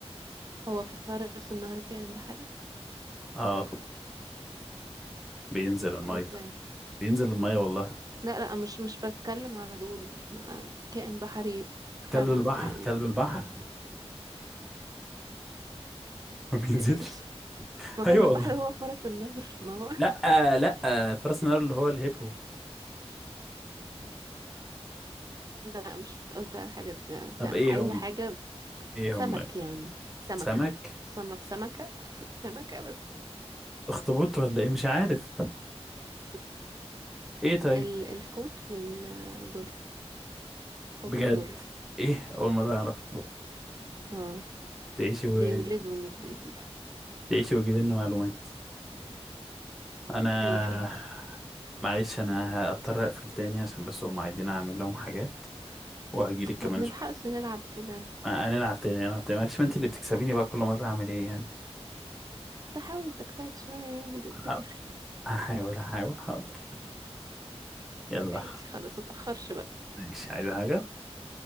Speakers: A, on the right (about 35°); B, in the centre.
A: هو فرس النهر كائن بحري
B: اه بينزل الميه
A: اه ازاي
B: بينزل الميه والله
A: لا لا مش مش بتكلم على دول ما- كائن بحري فعلا
B: كلب البحر
A: يعني
B: كلب البحر <laughs> ما بينزلش
A: ايش ما كلب
B: ايوه
A: البحر
B: والله
A: هو فرس النهر ما هو
B: لا
A: <laughs>
B: لا فرس النهر اللي هو الهيبو
A: لا مش قصدي على الحاجات دي قصدي
B: طب ايه
A: عايزة
B: هم
A: حاجة
B: ايه
A: سمك
B: هم
A: يعني سمك
B: سمك
A: تصنف سمكة <laughs> سمكة بس
B: اخطبوط ولا ايه مش عارف
A: بس
B: ايه طيب
A: ال- الحوت والدولفين الحوت
B: بجد
A: ودولفين
B: ايه اول مره اعرف
A: اه
B: تعيشي و...
A: بيولدوا مش بيبيضوا
B: تعيشي وتجيبي لنا معلومات انا
A: اي خد
B: معلش انا هضطر اقفل تاني عشان بس هم عايزين اعمل لهم حاجات وهجيلك كمان
A: ما بنلحقش
B: شويه
A: نلعب كده
B: آه، هنلعب تاني هنلعب تاني معلش ما انت اللي بتكسبيني بقى كل مره هعمل ايه يعني
A: ده حاول تجتهد شوية يعني جيت
B: حاضر
A: بتر
B: هحاول هحاول حاضر يلا
A: ماشي خلاص متأخرش بقى
B: ماشي عايزة حاجه